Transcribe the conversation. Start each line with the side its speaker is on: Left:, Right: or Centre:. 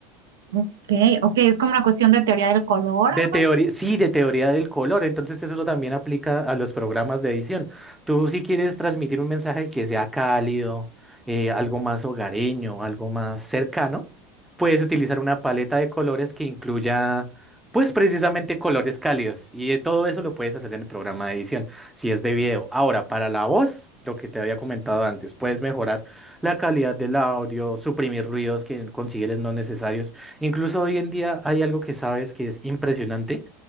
Right: Ok, ok, es como una cuestión de teoría del color,
Centre: De
Right: algo
Centre: teoría,
Right: así.
Centre: sí, de teoría del color. Entonces eso también aplica a los programas de edición. Tú si quieres transmitir un mensaje que sea cálido, eh, algo más hogareño, algo más cercano, puedes utilizar una paleta de colores que incluya, pues precisamente colores cálidos. Y eh, todo eso lo puedes hacer en el programa de edición, si es de video. Ahora, para la voz, lo que te había comentado antes, puedes mejorar la calidad del audio, suprimir ruidos que consideres no necesarios. Incluso hoy en día hay algo que sabes que es impresionante,